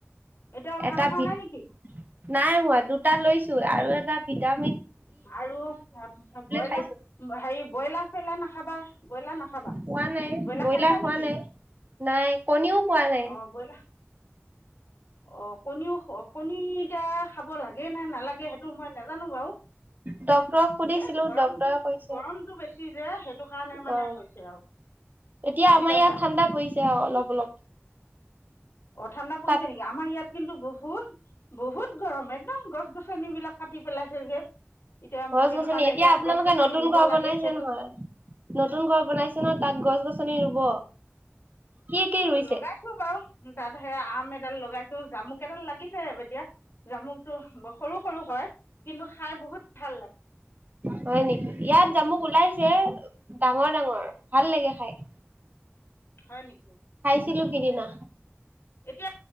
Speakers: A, on the left; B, on the right.
A: এতিয়াও ভাল
B: এটা
A: হোৱা
B: ভিত
A: নাই নেকি
B: নাই হোৱা দুটা লৈছো আৰু এটা। এটা ভিতা
A: আৰু ব্ৰইলাৰ
B: খাইছো
A: হেৰি ব্ৰইলাৰ। চইলাৰ নাখাবা ব্ৰইলাৰ নাখাবা
B: খোৱা নাই
A: ব্ৰইলাৰ খাইছা
B: খোৱা
A: নেকি?
B: নাই নাই কণীও খোৱা নাই
A: অহ', ব্ৰইলাৰ অহ', কণীও কণীটা খাব লাগে নে নালাগে সেইটো মই নাজানো বাৰু।
B: ডক্টৰক সুধিছিলো
A: এ গৰমটো
B: ডক্টৰে কৈছে
A: গৰমটো বেছি যে সেইটো কাৰণে মানে
B: গৰম,
A: হৈছে আৰু
B: এতিয়া
A: বুজি
B: আমাৰ
A: পাইছা
B: ইয়াত ঠাণ্ডা পৰিছে আৰু অলপ - অলপ।
A: অহ', ঠাণ্ডা পৰিছে
B: তাত
A: নেকি? আমাৰ ইয়াত কিন্তু বহুত- বহুত গৰম একদম, গছ গছনিবিলাক কাটি পেলাইছে যে। এতিয়া
B: গছ
A: সেইটো
B: গছনি,
A: কাৰণে
B: এতিয়া আপোনালোকে
A: গছ গছনি
B: নতুন
A: ৰুব
B: ঘৰ
A: লাগে
B: বনাইছে
A: সেইটো
B: নহয় নতুন ঘৰ বনাইছে ন, তাত গছ গছনি নি ৰুব। কি কি ৰুইছে
A: অহ', লগাইছো বাৰু। তাত সে আম এডাল লগাইছো, জামুক এডাল লাগিছে আৰু এতিয়া জামুকটো সৰু -সৰু হয়। কিন্তু খাই বহুত ভাল লাগে
B: হয় নেকি, ইয়াত জামুক ওলাইছে, ডাঙৰ - ডাঙৰ ভাল লাগে খাই।
A: হয় নেকি।
B: ছিলো সিদিনা।
A: এতিয়া